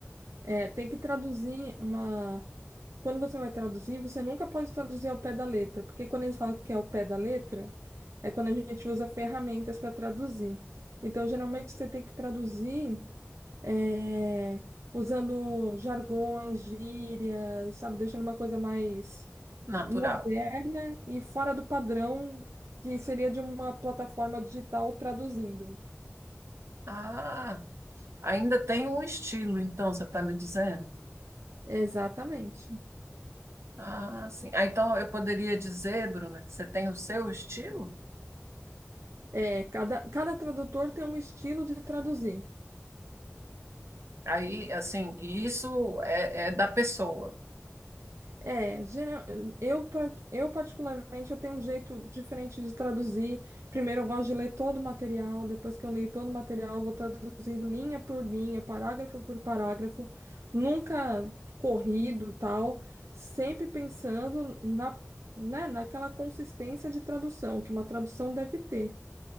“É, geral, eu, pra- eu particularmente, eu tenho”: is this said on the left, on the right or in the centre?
Right